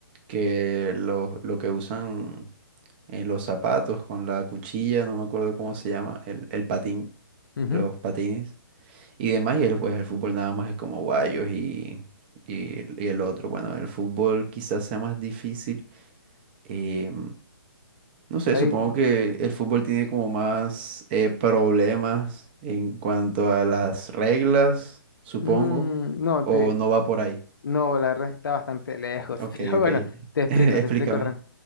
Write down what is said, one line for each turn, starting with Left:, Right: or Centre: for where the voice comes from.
Right: que lo, lo que usan en los zapatos con la cuchilla, no me acuerdo cómo se llama, el, el patín,
Left: Ujú,
Right: los patines y demás, y el, pues, el fútbol nada más es como guayos y, y, el y el otro. Bueno, el fútbol quizás sea más difícil. eh, no sé,
Left: ahí,
Right: supongo que el fútbol tiene como más eh, problemas en cuanto a las reglas, supongo,
Left: mm, no,
Right: o
Left: te,
Right: no va por ahí.
Left: no, la verdad está bastante lejos,
Right: Ok,
Left: <laughs> pero
Right: ok,
Left: bueno,
Right: <laughs>
Left: te explico,
Right: explícame.
Left: te explico otra.